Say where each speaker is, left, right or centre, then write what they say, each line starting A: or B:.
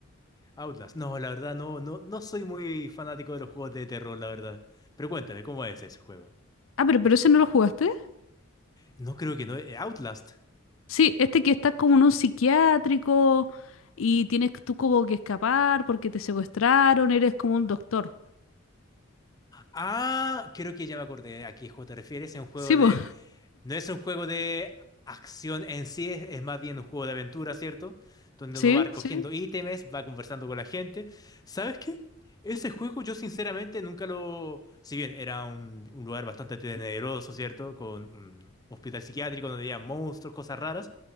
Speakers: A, on the left; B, on the left.
A: Outlast. No, la verdad, no, no, no soy muy fanático de los juegos de terror, la verdad. Pero cuéntame, ¿cómo es ese juego?
B: Ah, pero, pero ese no lo jugaste.
A: No creo que no. eh, Outlast.
B: Sí, este que estás como en un psiquiátrico y tienes tú como que escapar porque te secuestraron, eres como un doctor.
A: Ah, creo que ya me acordé a qué juego te refieres. Es un juego
B: Sí, po.
A: de No es un juego de acción en sí, es, es más bien un juego de aventura, ¿cierto? Donde
B: Sí,
A: uno va recogiendo
B: sí.
A: ítems, va conversando con la gente. ¿Sabes qué? Ese juego yo sinceramente nunca lo... Si bien era un, un lugar bastante tenebroso, ¿cierto? Con un hospital psiquiátrico donde había monstruos, cosas raras.